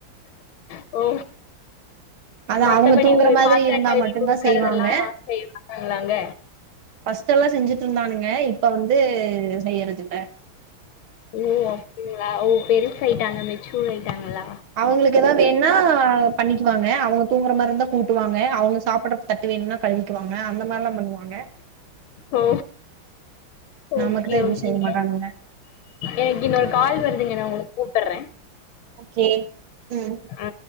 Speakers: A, on the left; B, on the right.
A: ஓ
B: அது
A: மத்தபடி
B: அவங்க தூங்குற மாதிரி
A: பாத்திர
B: இருந்தா
A: கழுவி
B: மட்டுந்தா
A: குடுக்கறதெல்லா
B: செய்வாங்க
A: செய்யமாட்டாங்களாங்க
B: ஃபர்ஸ்ட் எல்லா செஞ்சுட்டு இருந்தானுங்க இப்ப வந்து செய்யறது இல்ல
A: ஓ அப்டிங்ளா ஓ பெருசாயிட்டாங்க மெச்சூடாயிட்டாங்களா?
B: அவங்களுக்கு ஏதா வேண்ணா பண்ணிக்குவாங்க அவங்க தூங்குற மாரி இருந்தா கூட்டுவாங்க அவங்க சாப்புட்ற தட் டு வேணுனா கழுவிக்குவாங்க அந்த மாரில்லா பண்ணுவா ங்க
A: ஓ ஓகே
B: நமக்குதா எதுவு
A: ஓகேங்க
B: செய்ய மாட்டாங்கங்க.
A: எனக்கு இன்னொரு கால் வருதுங்க நா உங்கள கூப்புட்றே
B: ஓகே ம்
A: ஆ